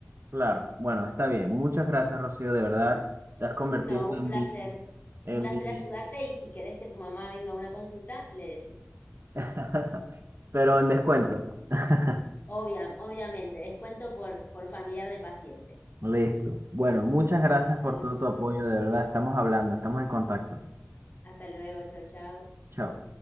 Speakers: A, on the right; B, on the left.
A: Claro, bueno, está bien. Muchas gracias, Rocío, de verdad. Te has convertido
B: No, un
A: en
B: placer,
A: mi, en
B: un placer
A: mi,
B: ayudarte y si querés que tu mamá venga a una consulta, le decís.
A: <laughs> pero en descuento. <laughs>
B: Obvia, obviamente, descuento por, por familiar de paciente.
A: Listo. Bueno, muchas gracias
B: Saludos.
A: por todo tu apoyo, de verdad. Estamos hablando, estamos en contacto.
B: Hasta luego, chau, chau.
A: Chao.